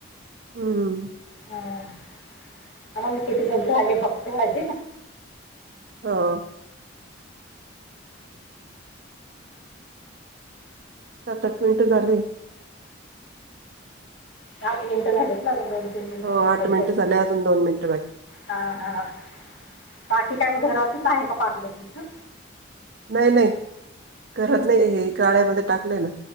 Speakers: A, on the right; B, on the left.
A: हम
B: हा ह मी किती जण राहिले बघते माजी
A: ह सात आठ मिनटं झाली
B: सात मिनटं झालीत नाझ दोन तीन मिनटं
A: हो
B: बोलायचे
A: आठ मिनिटं
B: आपलं
A: झाले अजून दोन मिनिटं बाकी
B: हा हा बाकी काय मग घरातच आहे का पार्लर तुमचं
A: नाही नाही करत नाही हे गळ्यामध्ये टाकले ना